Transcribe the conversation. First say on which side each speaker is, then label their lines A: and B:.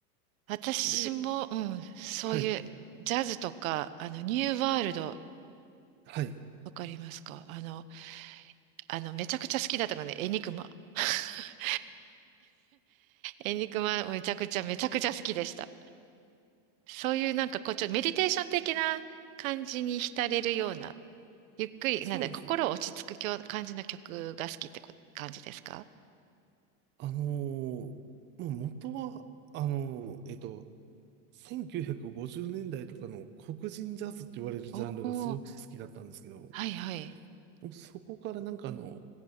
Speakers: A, on the right; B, on the right.
A: 私も、
B: で、
A: うん、そういうジャズとか、
B: はい、
A: あの、ニューワールド、
B: はい、
A: わかりますかあの、あの、めちゃくちゃ好きだったので、エニグマ。<laughs> エニグマ、めちゃくちゃ、めちゃくちゃ好きでした。そういうなんかこう、ちょっとメディテーション的な感じに浸れるような、ゆっくり、
B: そうですね。
A: なんだ、心を落ち着くきょ感じの曲が好きってこ感じですか
B: あのーもう元は、あのーえっと、1950年代とかの黒人ジャズって言われるジャンルがすごく好きだったんですけど、
A: おおー、
B: も
A: はいはい、
B: うそこからなんかあの、